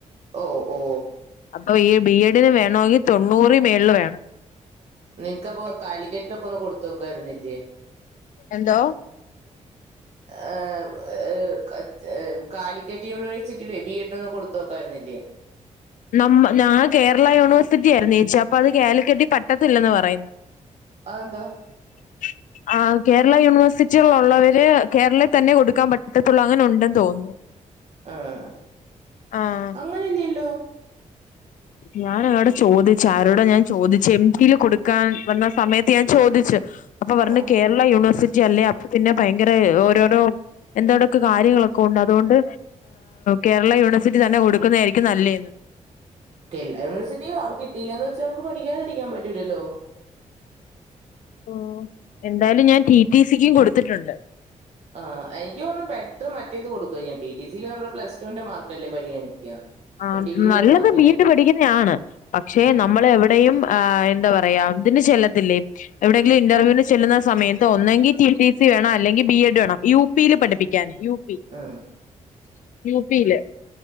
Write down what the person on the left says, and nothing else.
അപ്പൊ ഈ ബി എഡിന് വേണമെങ്കിൽ തൊണ്ണൂറിൽ മേളിൽ വേണം
എന്തോ
നമ്മ ഞാൻ കേരള യൂണിവേഴ്സിറ്റി ആയിരുന്നു ചേച്ചി അപ്പോ അത് കാലിക്കെട്ട് പറ്റത്തില്ലന്ന് പറയുന്നു
<unintelligible> ആഹ് കേരള യൂണിവേഴ്സിറ്റികളള്ളവര് ആഹ് കേരളയൂണിവേഴ്സിറ്റിൽ ഉള്ളവര് കേരളയിൽ തന്നെ കൊടുക്കാൻ പറ്റത്തുള്ളൂ അങ്ങനെ ഉണ്ടെന്ന് തോന്നുന്നു
ആഹ്
ഞൻ അങ്ങോടെ ചോദിച്ചു ആരോടെ ഞാൻ ചോദിച്ചു എംജിയിൽ കൊടുക്കാൻ വന്ന സമയത്ത് ഞാൻ ചോദിച്ചു അപ്പൊ പറഞ്ഞു
കേരള യൂണിവേഴ്സിറ്റി അല്ലേ അപ്പൊ പിന്നെ ഭയങ്കര ഓരോരോ എന്താണ് കാര്യങ്ങളൊക്കെ ഉണ്ട് അതുകൊണ്ട് കേരള യൂണിവേഴ്സിറ്റി തന്നെ കൊടുക്കുന്നത് ആയിരിക്കും നല്ലേന്ന്
ഉം എന്തായാലും ഞാൻ റ്റി റ്റി സിക്കും കൊടുത്തിട്ടുണ്ട്
ആഹ്
നല്ലത്
ബി എഡ് പഠിക്കുന്നാണ് പക്ഷെ
നമ്മൾ എവിടെയും ആഹ് എന്താ പറയാ ഇതിന് ചെല്ലത്തില്ലേ എവിടെയെങ്കിലും ഇന്റർവ്യൂവിന് ചെല്ലുന്ന സമയത്ത് ഒന്നെങ്കിൽ റ്റി റ്റി സി വേണം അല്ലെങ്കിൽ ബി എഡ് വേണം യു പിയിൽ പഠിപ്പിക്കാൻ യുപിയിൽ